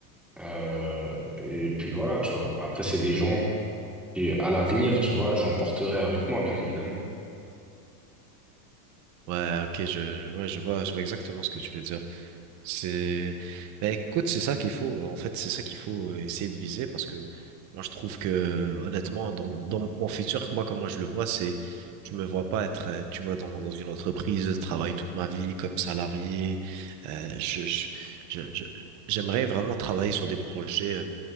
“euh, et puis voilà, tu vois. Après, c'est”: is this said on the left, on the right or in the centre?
Centre